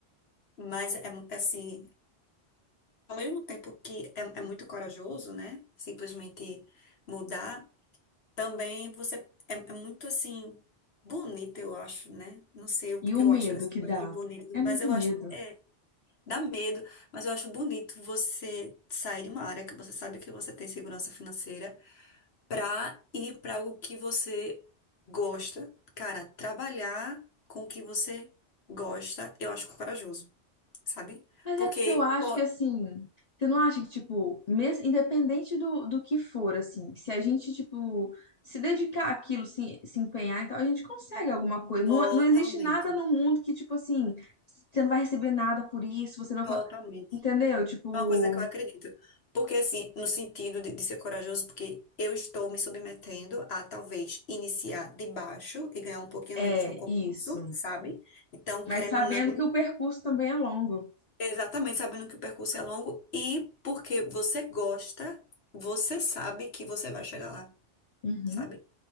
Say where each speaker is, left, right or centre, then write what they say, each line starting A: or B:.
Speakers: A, on the left; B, on the left.
A: Mas é é assim, ao mesmo tempo que é, é muito corajoso, né? Simplesmente mudar, também você é, é muito assim bonito, eu acho, né? Não sei o que
B: E o
A: eu acho
B: medo
A: essas
B: que
A: coisas
B: dá.
A: bonitas,
B: É
A: mas
B: muito
A: eu acho
B: medo.
A: é, dá medo, mas eu acho bonito você sair de uma área que você sabe que você tem segurança financeira pra ir pra algo que você gosta. Cara, trabalhar com o que você gosta, eu acho corajoso, sabe?
B: Mas
A: Porque
B: é porque eu acho
A: to-
B: que assim, você não acha que, tipo, mesmo, independente do, do que for, assim, se a gente, tipo, se dedicar àquilo, se, se empenhar, então a gente consegue alguma coisa.
A: totalmente
B: Não, não existe nada no mundo que, tipo assim, você não vai receber nada por isso, você não
A: Totalmente.
B: pode. Entendeu? Tipo,
A: É uma coisa que eu acredito. Porque, assim, no sentido de, de ser corajoso, porque eu estou me submetendo a talvez iniciar de baixo e ganhar um pouquinho
B: é
A: menos no começo,
B: isso.
A: sabe? Então,
B: Mas
A: querendo
B: sabendo
A: ou não,
B: que o percurso também é longo.
A: exatamente sabendo que o percurso é longo e porque você gosta, você sabe que você vai chegar lá,
B: Uhum.
A: sabe?